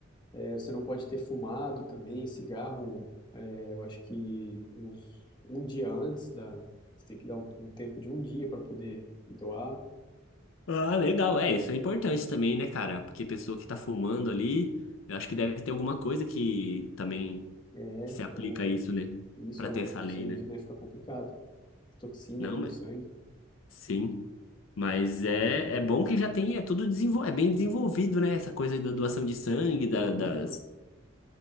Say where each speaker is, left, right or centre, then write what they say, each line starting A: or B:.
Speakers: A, on the left; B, on the left.
A: É, você não pode ter fumado também, cigarro, Eu acho que uns, um dia antes da. Você tem que dar um, um tempo de um dia para poder ir doar.
B: Ah, legal. É, isso é importante também, né, cara? Porque pessoa que tá fumando ali, eu acho que deve ter alguma coisa que também
A: É,
B: que se aplica
A: o,
B: a isso, né?
A: isso,
B: Pra
A: o
B: ter essa
A: sangue,
B: lei, né?
A: né, fica complicado. Toxina,
B: Não,
A: né, no
B: mas
A: sangue,
B: sim. Mas é, é bom que já tem, é tudo desenvol... é bem desenvolvido, né? Essa coisa da doação de sangue, da-
A: muito.
B: das.